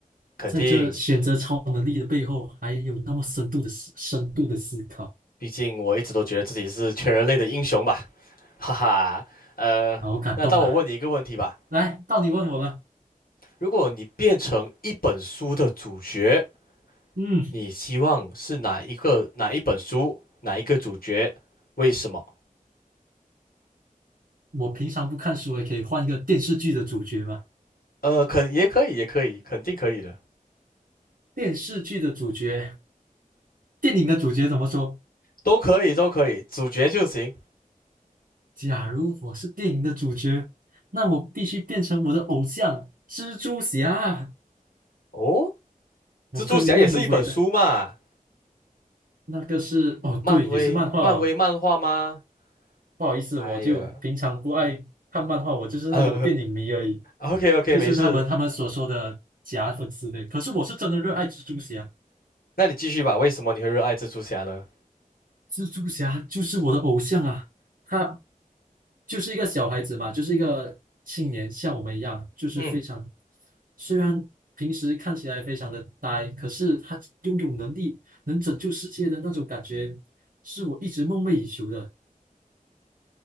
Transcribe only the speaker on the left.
肯定，
毕竟我一直都觉得自己是全人类的英雄吧，<laughs> 哈哈。呃，
那当我问你一个问题吧，
如果你变成一本书的主角，
你希望是哪一个哪一本书，哪一个主角？为什么？
呃，肯也可以，也可以，肯定可以的，
都可以，都可以，主角就行。
哦，
蜘蛛侠也是一本书嘛，
漫威，
漫威漫画吗？
哎呀，
呃，OK OK，
没事，
那你继续吧。为什么你会热爱蜘蛛侠呢？
嗯，